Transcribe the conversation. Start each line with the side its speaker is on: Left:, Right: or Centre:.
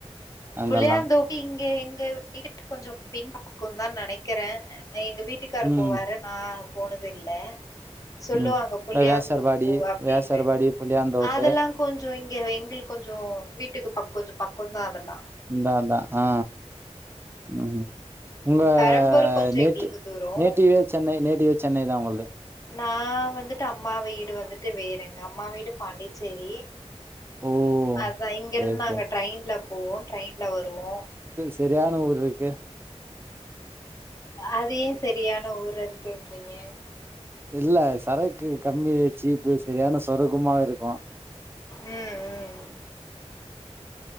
Right: அங்கெல்லா
Left: புளியாந்தோப்பு இங்க எங்க வீட்டுக்கு கொஞ்சோ பின்பக்கோ தா நெனக்குறே எங்க வீட்டுக்காரர்
Right: ம்
Left: போவரு நா போனது இல்ல சொல்லுவாங்க
Right: ம்
Left: புளியந்தோப்
Right: இந்த வேசர்பாடி
Left: போவ அப்டின்டு
Right: வேசர்பாடி புளியாந்தோப்பு
Left: அதெல்லா கொஞ் சோ இங்க எங்களுக்கு கொஞ்சோ வீட்டுக்கு பக் கொஞ்சோ பக்கொதா அதெல்லா
Right: அத அதா ஆ ம்.
Left: ம்
Right: உங்க
Left: பெரம்பூர் கொஞ்சோ
Right: நேட்
Left: எங்களுக்கு தூரோ
Right: நேட்டிவே சென்னை நேட்டிவே சென்னை தா உங்கள்து
Left: நா வந்துட்டு அம்மா வீடு வந்துட்டு வேறங்க அம்மா வீடு பாண்டிச்சேரி
Right: ஓ
Left: அதா இங்க
Right: சேரி
Left: இருந்து நாங்க
Right: சேரி
Left: ட்ரெயின்ல போவோ ட்ரெயின்ல வருவோ
Right: சரியான ஊர் இருக்கு
Left: அது ஏ செரியான ஊரா இருக்குன்றீங்க
Right: இல்ல சரக்கு கம்மி சீப்பு சரியான சரக்குமா இருக்கூ
Left: ம் ம்